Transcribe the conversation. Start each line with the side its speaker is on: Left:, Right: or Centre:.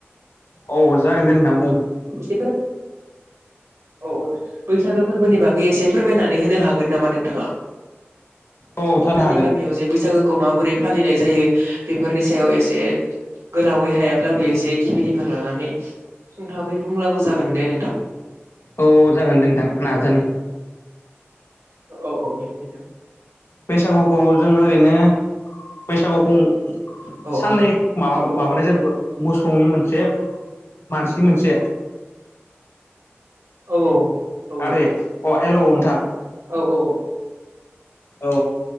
Left: औ जागोन दे नोंथां बुं।
Right: <unintelligible> औ औ बैसागो फोरबोनि बागै एसे फोरमायनानै होनो हागोन नामा नोंथाङा?
Left: औ
Right: नोंथांमोननि
Left: थारनो हागोन
Right: गामियाव जे बैसागो खौ माबोरै फालिनाय जायो बेफोरनि सायाव एसे। गोलावै हायाब्लाबो एसे गिबिनिफोर लानानै सुंथाबै बुंब्लाबो जागोन दे नोंथां।
Left: औ जागोन दे नोंथां नाजानि।
Right: औ औ दे दे।
Left: बैसागुखौ जोङ ओरैनो बैसागुखौ
Right: औ
Left: साननै माबा
Right: औ
Left: माबानाय जायोबा मोसौनि मोनसे मानसिनि मोनसे।
Right: औ औ औ
Left: आदै
Right: नोंथां
Left: अ' हेल' नोंथां
Right: औ औ औ
Left: औ